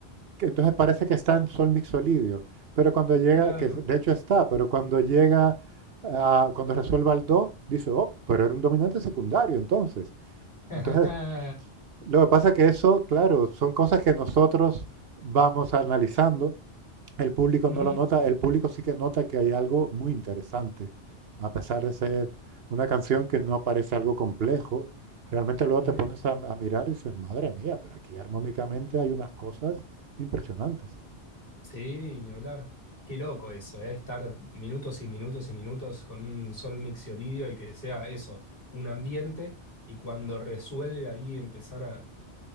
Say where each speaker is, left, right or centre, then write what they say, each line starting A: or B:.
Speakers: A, on the right; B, on the left.
A: que entonces parece que está en sol mixolidio, pero cuando llega,
B: Claro.
A: que de hecho está, pero cuando llega, a- cuando resuelva el do, dice, oh, pero era un dominante secundario entonces.
B: <laughs>
A: Entonces, lo que pasa es que eso, claro, son cosas que nosotros vamos analizando. El público
B: Ujú,
A: no lo nota, el público sí que nota que hay algo muy interesante, a pesar de ser una canción que no parece algo complejo. Realmente luego
B: ujú.
A: te pones a, a mirar y dices, madre mía, pero aquí armónicamente hay unas cosas impresionantes.
B: Sí, ni hablar. Qué loco eso, ¿eh? Estar minutos y minutos y minutos con un sol mixolidio y que sea eso, un ambiente, y cuando resuelve ahí empezar a,